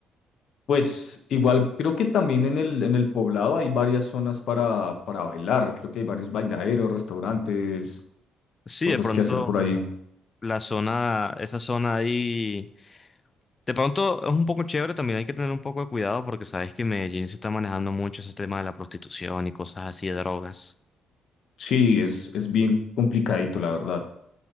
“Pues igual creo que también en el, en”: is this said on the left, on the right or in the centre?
Left